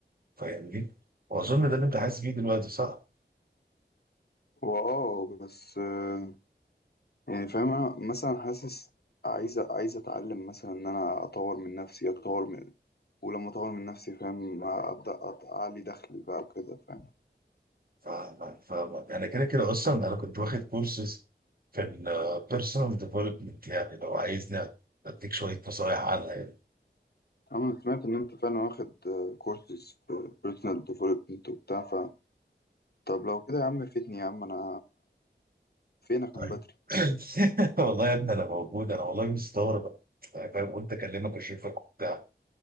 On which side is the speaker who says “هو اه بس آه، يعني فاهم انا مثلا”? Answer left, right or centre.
Left